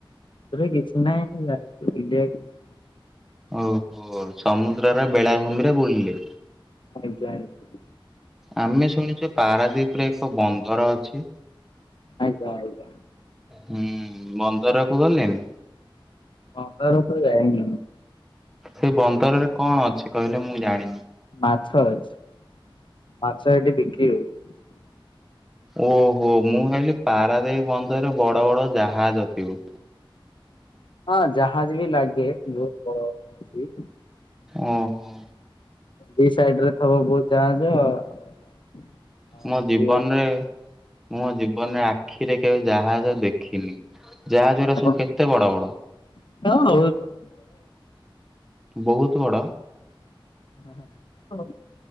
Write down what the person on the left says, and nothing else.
ଏବେ କିଛି ନାହିଁ ଯାଇଥିଲି ବୁଲିବାକୁ।
ଆଜ୍ଞା ଆଜ୍ଞା।
ଆଜ୍ଞା ଆଜ୍ଞା
ବନ୍ଦର ତ ଯାଇନି
ମାଛ ଅଛି। ମାଛ <unintelligible>
ହଁ ଜାହାଜ ବି ଲାଗେ ବହୁତ ବଡ଼ ଅଛି।
ଦି ସାଇଡ ରେ ଥବ ବହୁତ ଜାହାଜ ଆଉ
ମଝିରେ
ହଁ
<unintelligible>
ହଁ।